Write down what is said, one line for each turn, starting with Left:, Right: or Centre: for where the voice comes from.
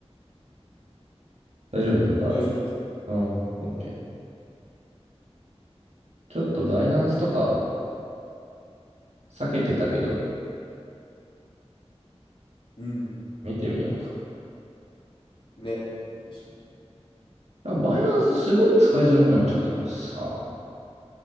Right: 大丈夫だった
Left: 大丈夫じゃないですか。
Right: うん、OK。ちょっとバイナンスとか避けてたけど、
Left: うん。
Right: 見てみようか
Left: ね。確かに。
Right: な。バイナンスすごい使いづらくなっちゃったからさ。